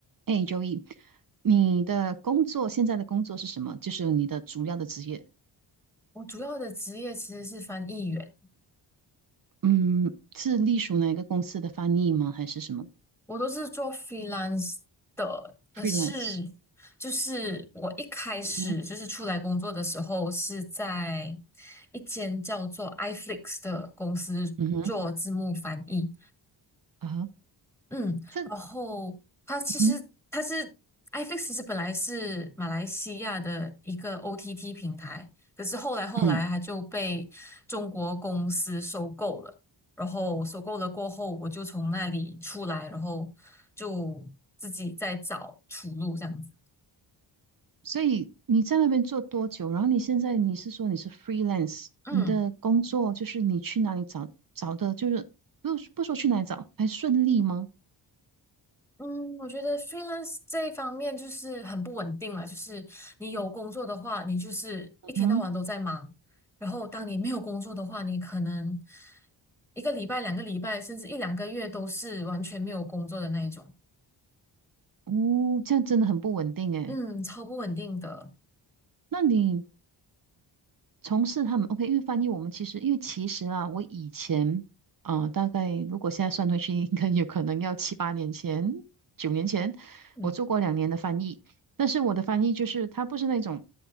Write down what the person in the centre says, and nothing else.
我主要的职业其实是翻译员，
我都是做 freelance 的。可是，
就是我一开始就是出来工作的时候，
是在一间叫做 iFlix 的公司做字幕翻译。
嗯，
然后它其实它是
i f i x 其实本来是马来西亚的一个 OTT 平台，可是后来后来它就被中国公司收购了，
然后收购了过后，我就从那里出来，然后就自己在找出路这样子。
嗯。
嗯，我觉得 freelance 这一方面就是很不稳定了。就是你有工作的话，你就是一天到晚都在忙；
然后当你没有工作的话，你可能一个礼拜、两个礼拜，甚至一两个月都是完全没有工作的那一种。
嗯，超不稳定的。
嗯，